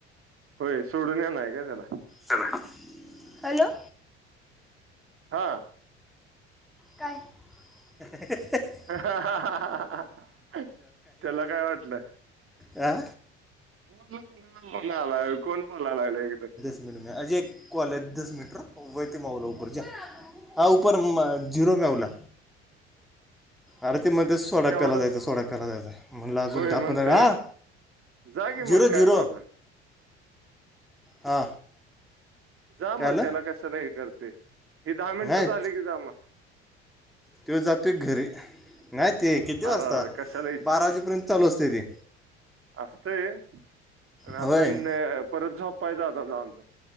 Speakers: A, on the right (about 40°); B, in the centre.
A: होय, सोडून येणार काय त्याला?
B: <unintelligible> हॅलो!
A: हा.
B: काय? <unintelligible>
A: <unintelligible> त्याला काय वाटलं?
B: हा
A: मी म्हणलं कोणाला फोन लागलाय, कोण बोलायला लागल एक तर?
B: <unintelligible> आओ पर म झिरो घावला. अरे ती म्हणते ते सोडा
A: केवढं
B: प्यायला जायचा, सोडा प्याय जायचा म्हटलं अजून
A: होय
B: दहा
A: म्हणतोय
B: पंधरा हा
A: जा कि
B: झिरो
A: मग
B: झिरो
A: काय प्रॉब्लेम
B: हा.
A: जा
B: काय
A: मग
B: आलं
A: त्याला कशाला हे करते हे दहा मिनटं
B: नाही
A: झाले की जा मग.
B: त्यो जातोय घरी नाही ते किती
A: अरे
B: वाजता
A: अरे कशाला
B: बारा वाजेपर्यंत चालू असतय ते.
A: असतय पण
B: होय
A: आता न परत झोपायचं आता जाऊन.